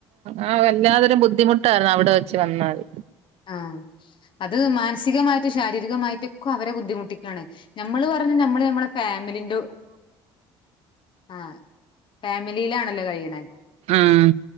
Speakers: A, on the right; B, on the left.
A: ആഹ് വല്ലാതൊരു ബുദ്ധിമുട്ടായ്രുന്നു അവിടെ വെച്ച് വന്നാല്
B: ആഹ് അത് മാനസികമായിട്ടും ശാരീരികമായിട്ടൊക്കെ അവരെ ബുദ്ധിമുട്ടിക്കാണ് നമ്മള് പറഞ്ഞ നമ്മള് നമ്മള ഫാമിലിന്റെ ആഹ് ഫാമിലീലാണല്ലോ കഴിയ്ണെ
A: ആഹ്